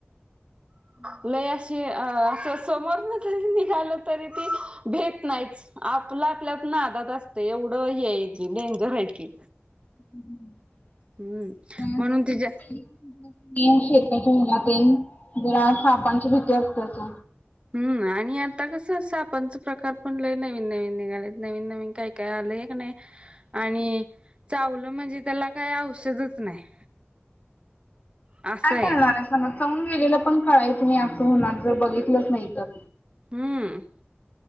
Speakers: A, on the left; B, on the right.
A: हम्.
B: लय अशी अ असं, समोर न जरी निघालं तरी ती भेत नाहीच. आपलं आपल्यात नादात असतंय, एवढं हे हाय ती डेंजर हाय ती.
A: <inaudible>
B: हम्म
A: तिकडची
B: म्हणून तिच्या,
A: <unintelligible> जरा सापांची भीती असत्याच ओ.
B: हम्म आणि आता कसं सापांचं प्रकार पण लय नवीन नवीन निघालेत. नवीन नवीन काही काय आलय का नाय? आणि चावलं म्हणजे त्याला काही औषधच नाही. असं
A: काय
B: या
A: कळणार आहे समज चावून गेलेलं पण कळायचं नाही, असं होणार जर बघितलंच नाही तर.
B: हम्म.